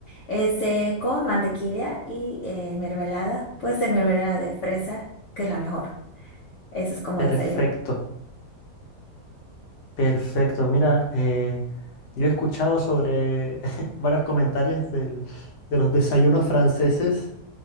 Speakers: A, on the left; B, on the left.
A: Este, con mantequilla y eh, mermelada. Puede ser mermelada de fresa, que es la mejor. Eso es como
B: Perfecto,
A: desayuno.
B: perfecto. Mira, eh, yo he escuchado sobre <laughs> varios comentarios del- de los desayunos franceses